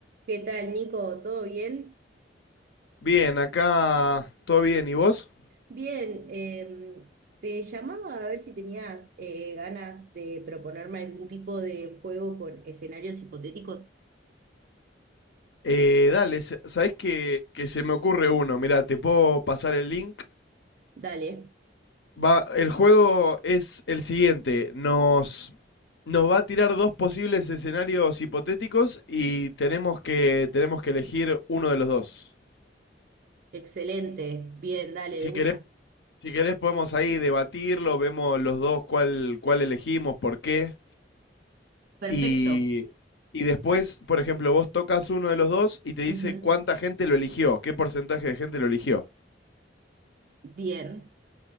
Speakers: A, on the right (about 50°); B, on the left (about 70°).
A: ¿Qué tal, Nico? ¿Todo bien?
B: Bien, acá todo bien. ¿Y vos?
A: Bien, em, te llamaba a ver si tenías eh, ganas de proponerme algún tipo de juego con escenarios hipotéticos.
B: Eh, dale, se- ¿sabés que, que se me ocurre uno? Mirá, te puedo pasar el link.
A: Dale,
B: Va, el juego es el siguiente. Nos, nos va a tirar dos posibles escenarios hipotéticos y tenemos que, tenemos que elegir uno de los dos.
A: excelente, bien, dale,
B: Si
A: de una.
B: querés, si querés podemos ahí debatirlo, vemos los dos cuál, cuál elegimos, por qué.
A: Perfecto.
B: Y, y después, por ejemplo, vos tocas uno de los dos y te dice
A: Ujú.
B: cuánta gente lo eligió, qué porcentaje de gente lo eligió.
A: Bien,